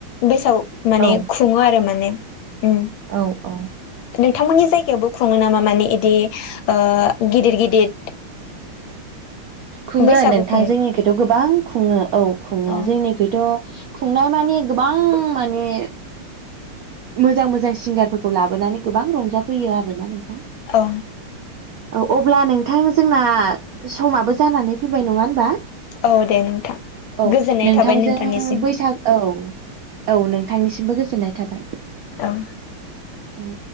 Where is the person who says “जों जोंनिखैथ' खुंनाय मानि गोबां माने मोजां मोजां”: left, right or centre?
Right